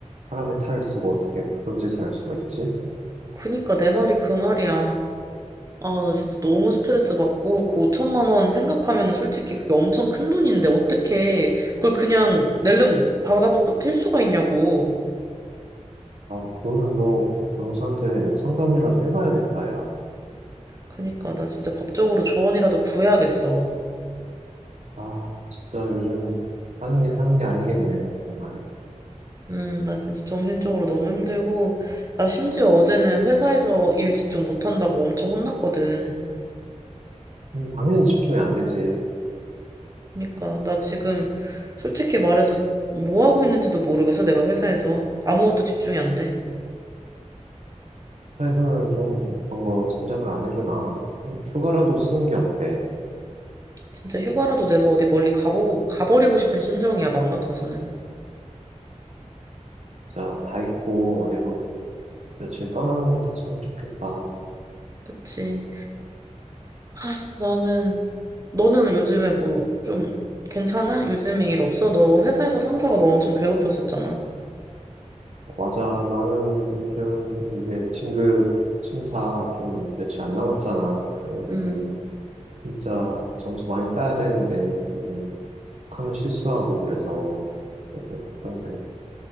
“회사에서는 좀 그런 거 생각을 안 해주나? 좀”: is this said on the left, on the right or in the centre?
Right